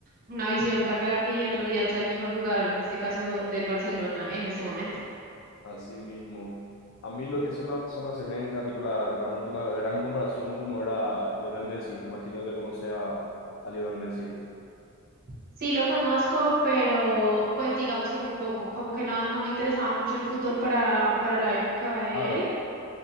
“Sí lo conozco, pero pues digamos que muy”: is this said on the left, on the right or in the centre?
Right